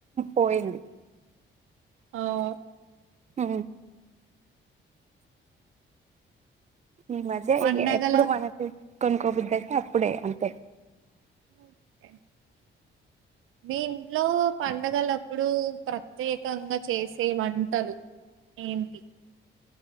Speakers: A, on the right; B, on the right.
A: పోయింది
B: ఆవ్
A: ఊ ఈ మధ్య
B: పండగల
A: ఇగ ఎప్పుడు మనకి కొన్కోబుద్ధి అయితే అప్పుడే అంతే
B: ఓకె మీ ఇంట్లో పండగలప్పుడు ప్రత్యేకంగా చేసే వంటలు ఏంటీ